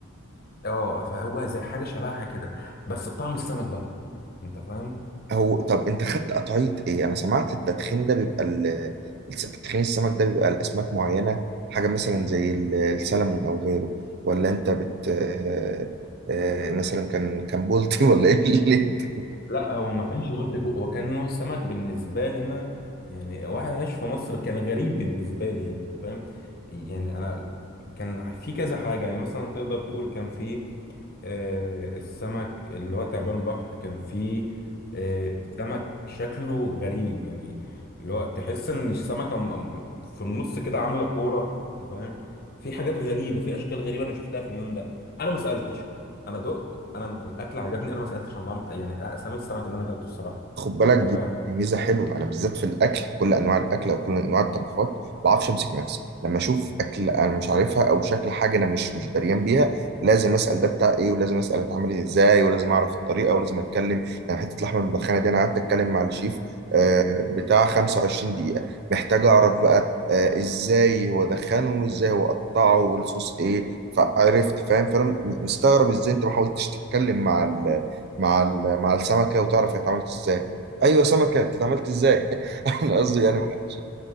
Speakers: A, on the left (about 45°); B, on the right (about 50°).
A: اه فهو زي حاجه شبهها كده بس بطعم السمك بقى انت فاهم
B: هو طب انت خدت قطعية ايه انا سمعت التدخين ده بيبقى ال... الس- تدخين السمك ده بيبقى الاسماك معينة حاجة مثلا زي ال- السلمون او غيره ولا انت بت آه، آه، مثلا كان كان بولتي <laughs> ولا ايه اللي انت
A: لا هو ما كانش بلطي كو- هو كان نوع سمك بالنسبه لي انا يعني واحد عايش في مصر كان غريب بالنسبه لي يعني انت فاهم يعني انا كان في كذا حاجه يعني مثلا تقدر تقول كان في آه، السمك اللي هو تعبان البحر كان فيه آه، سمك شكله غريب يعني اللي هو تحس ان السمكة م- م- في النص كده عاملة كورة انت فاهم في حاجات غريبة في اشكال غريبة انا شفتها في اليوم ده انا ما سألتش انا دقت انا لما الاكل عجبني انا ما سألتش عن طعم يعني اسامي السمك اللي انا اكلته الصراحة
B: خد بالك
A: انت
B: دي
A: فاهم
B: دي ميزه حلوه انا بالذات في الاكل كل انواع الاكل او كل انواع الطبخات ما بعرفش امسك نفسي لما اشوف اكل انا مش عارفها او شكل حاجه انا مش مش دريان بيها لازم اسال ده بتاع ايه ولازم اسال اتعمل ازاي ولازم اعرف الطريقه ولازم اتكلم يعني حته اللحمه المدخنه دي انا قعدت اتكلم مع الشيف آه، بتاع 25 دقيقه محتاج اعرف بقى آه، ازاي هو دخنه وازاي هو قطعه والصوص ايه فعرفت فاهم فانا مستغرب ازاي انت ما حاولتش تتكلم مع ال مع ال مع السمكه وتعرف هي اتعملت ازاي ايوه سمكه انت اتعاملت ازاي <laughs> انا قصدي يعني مع الشيف